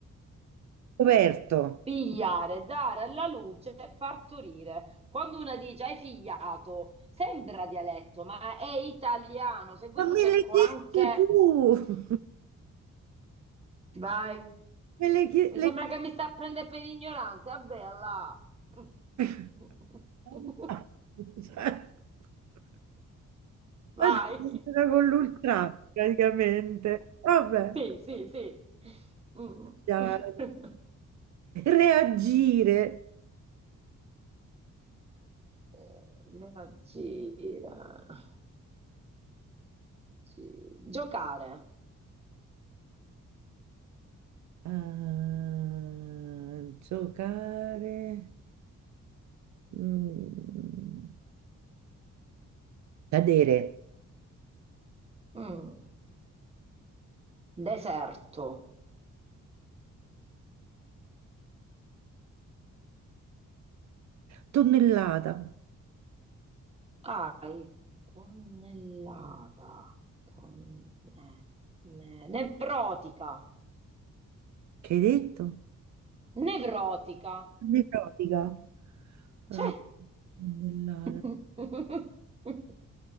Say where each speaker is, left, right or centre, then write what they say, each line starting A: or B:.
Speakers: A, on the right; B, on the right.
A: coperto.
B: Pigliare, dare alla luce, partorire. Quando una dice hai figliato, sembra dialetto, ma è italiano. Se vuoi
A: Ma
B: ti
A: me
B: cerco
A: l'hai chiesto
B: anche...
A: tu!
B: Vai.
A: <laughs> Me l'hai chie-
B: Mi
A: l'hai
B: sembra
A: chiesto...
B: che mi sta a prendere per ignorante. Vabbè, là. <laughs>
A: <laughs>
B: Vai.
A: Oggi sono con l'ultra, praticamente. Vabbè.
B: Sì, sì, sì. Mm.
A: Dai.
B: <laughs>
A: Reagire.
B: Eh, Reagire. Gi- Giocare.
A: Ah, giocare. Mm. Cadere.
B: Mm. Deserto.
A: Tonnellata.
B: Ai. Tonnellata. Tonne- ne- Nevrotica.
A: Che hai detto?
B: Nevrotica.
A: Nevrotica.
B: C'è.
A: Eh, tonnellata.
B: <laughs>